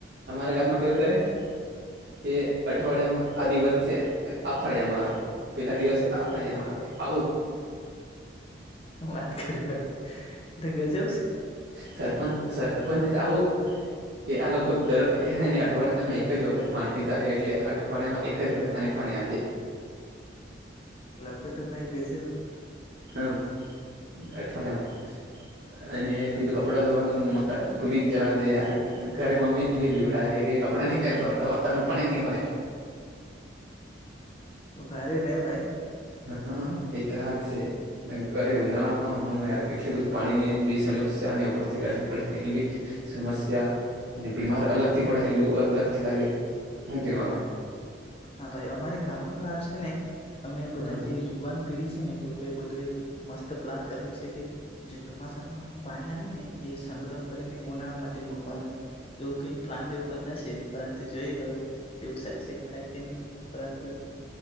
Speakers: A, on the right; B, on the left.
A: અમારા ગામમાં કેવું કરે કે અઠવાડિયામાં આ દિવસ છે અ ફાળિયામાં આવે પેલા દિવસે આ ફાળિયામાં આવે <unintelligible>
B: વાત કરે ભાઈ તો ગજબ છે
A: સરપંચને ચાવું કે આ લોકો દરને અઠવાડિયામાં એક જ વખત પાણી પીતા હોય એટલે અઠવાડિયામાં એક જ વખત આને પાણી આપેયે
B: લોકો તો ભાઈ ગજબ
A: હમ્મ અઠવાડિયામાં અને પેલું કપડા ધોવાનું મ ભૂલી જ જવા દે યાર ઘરે મમ્મી ભી બીવડાવે કે કપડાં નહી પહેરતો ધવાનું પાણી નહી મળે
B: ભારે ને ભાઈ
A: હા એ તો વાત છે અરે ઉનાળામાં હું યાર કેટલી બધી પાણી ની બી સમસ્યા અને ઉપરથી ગરમી પડે તેની બી સમસ્યા ને બીમાર અલગ થી પડાયે લુ અલગ થી લાગે શું કેવા આવે
B: હા ભાઈ અમારે ગામડામાં છે ને અમે બધા
A: હા
B: જે યુવાન પેઢી છે ને લોકો એ બધું એક મસ્ત પ્લાન કરેલું છે કે જે ચોમાસામાં પાણી આવીને. એ સંગ્રહ કરીને ઉનામાં. તેમ મુકવાનું એવું કઈ પ્લાન જેવું કરતા છે. પરંતુ જોઈએ હવે. <unintelligible> કે નહીં પરંતુ